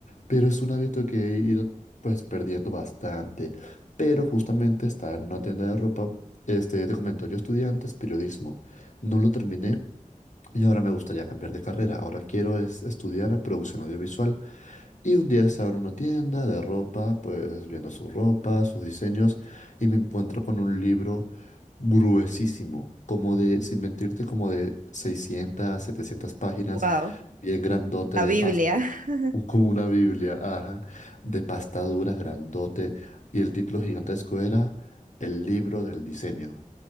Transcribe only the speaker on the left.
Pero es un hábito que he ido pues perdiendo bastante. Pero justamente estaba en una tienda de ropa. Este, te comento, yo estudié antes periodismo. No lo terminé y ahora me gustaría cambiar de carrera. Ahora quiero es estudiar producción audiovisual. Y un día estaba en una tienda de ropa, pues viendo su ropa, sus diseños, y me encuentro con un libro gruesísimo, como de, sin mentirte, como de 600 setecientas páginas,
bien grandote
de
pasta,
un- como una Biblia, ajá, de pasta dura, grandote, y el título gigantesco era El libro del diseño.